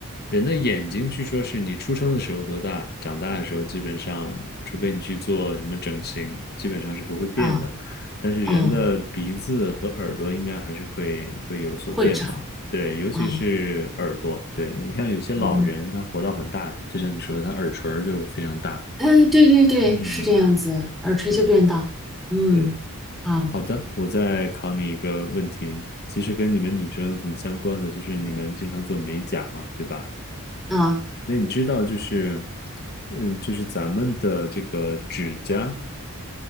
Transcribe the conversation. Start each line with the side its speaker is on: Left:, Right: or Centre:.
Left: 人的眼睛，据说是你出生的时候多大，长大的时候基本上，除非你去做什么整形，基本上是不会变的。
Centre: 啊，
Left: 但是人的鼻子和耳朵应该还是会会有所变化，
Centre: 哦，会长
Left: 对，尤其是耳朵，
Centre: 啊，
Left: 对，你像有些老人他活到很大，
Centre: 嗯。
Left: 就像你说的，他耳垂儿就非常大，
Centre: 嗯，对对对，
Left: 嗯，
Centre: 是这样子，耳垂就变大。
Left: 对
Centre: 嗯，
Left: 对，
Centre: 啊
Left: 好的，我再考你一个问题，其实跟你们女生挺相关的，就是你们经常做美甲嘛，对吧？
Centre: 啊
Left: 那你知道就是，嗯，就是咱们的这个指甲，